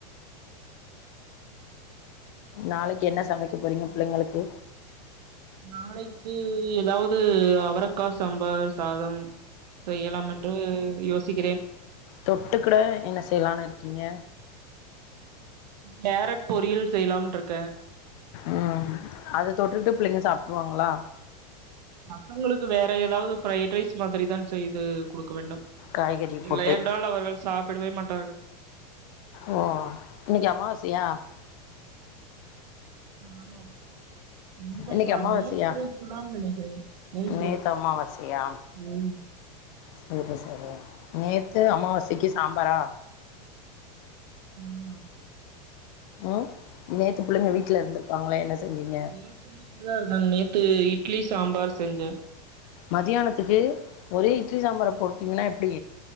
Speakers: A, on the left (about 55°); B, on the right (about 80°).
A: நாளைக்கு
B: செய்வது
A: என்ன
B: என்று
A: சமைக்க
B: தெரியாம
A: போறீங்க பிள்ளைங்களுக்கு
B: நாளைக்கு ஏதாவது அவரக்கா சாம்பார் சாதம் செய்யலாமென்று யோசிக்கிறேன்
A: தொட்டுக்குட என்ன செய்யலானு இருக்கீங்க
B: கேரட் பொரியல் செய்யலாம்ட்ருக்கே
A: ம் அத தொட்டுட்டு புள்ளைங்க சாப்ட்றுவாங்களா
B: பசங்களுக்கு வேற ஏதாவது ஃப்ரைட் ரைஸ் மாதிரி தா செய்து குடுக்க வேண்டும்
A: காய்கறி
B: இல்லயென்றால்
A: போட்டு
B: அவர்கள் சாப்புடவே மாட்டார்கள்
A: ஓ இன்னைக்கி அம்மாவாசையா
B: ஆமாம் இன்றைக்கா
A: இன்னைக்கு அமாவாசையா
B: நேற்றைக்கு தான் நெனைக்கிறேன் நேற்று
A: நேத்து அமாவாசையா
B: ம்
A: செரி செரி நேத்து அமாவாசைக்கு சாம்பாரா
B: ஆமா
A: ம் நேத்து பிள்ளைங்க வீட்ல இருந்திருப்பாங்களே என்ன செஞ்சீங்க
B: நேற்று வீட்ல தா இருந்தாங்க நேத்து இட்லி சாம்பார் செஞ்சே
A: மதியானத்துக்கு ஒரே இட்லி சாம்பார போட்டீங்கன்னா எப்டி